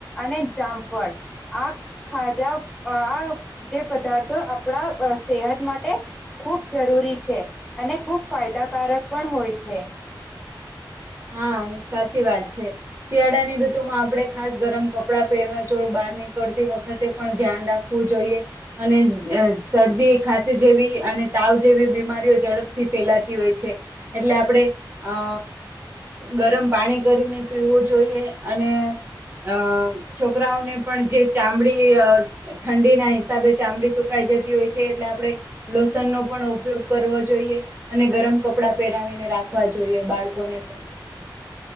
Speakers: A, in the centre; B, on the right (about 25°).
A: અને જામફળ આ ખાધા. આ જે પદાર્થો આપણા સેહત માટે ખૂબ જરૂરી છે અને ખૂબ ફાયદાકારક પણ હોય છે.
B: હા સાચી વાત છે શિયાળાની ઋતુમાં આપણે ખાસ ગરમ કપડાં પહેરવા જો બહાર નીકળતી વખતે પણ ધ્યાન રાખવું જોઈએ અને શરદી ખાાસ જેવી અને તાવ જેવી બીમારીઓ ઝડપથી ફેલાતી હોય છે એટલે આપણે અ. ગરમ પાણી કરીને પીવું જોઈએ અને અ છોકરાઓને પણ જે ચામડી ઠંડીના હિસાબે ચામડી સુકાઈ જતી હોય છે એટલે આપણે લોસનનોો પણ ઉપયોગ કરવો જોઈએ અને ગરમ કપડા પહેરાવીને રાખવા જોઈએ બાળકોને પણ.